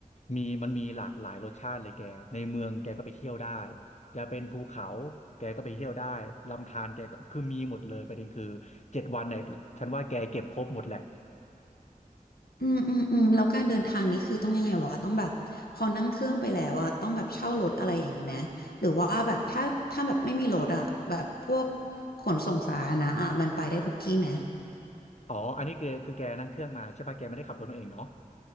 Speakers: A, on the left (about 50°); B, on the left (about 85°).
A: มีมันมีหลากหลายรสชาติเลยแกในเมืองแกก็ไปเที่ยวได้จะเป็นภูเขาแกก็ไปเที่ยวได้ลำธารแกก็คือมีหมดเลยประเด็นคือเจ็ดวันเนี่ยฉันว่าแกเก็บครบหมดแหละ
B: อืมอืมอืมแล้วการเดินทางนี้คือต้องยังไงวะต้องแบบพอนั่งเครื่องไปแล้วอ่ะต้องแบบเช่ารถอะไรอย่างนี้ไหมหรือว่าแบบถ้าถ้าแบบไม่มีรถอ่ะแบบพวกขนส่งสาธารณะอ่ะมันไปได้ทุกที่ไหม
A: อ๋ออันนี้คือคือแกนั่งเครื่องมาใช่ป่ะแกไม่ได้ขับรถมาเองเนาะ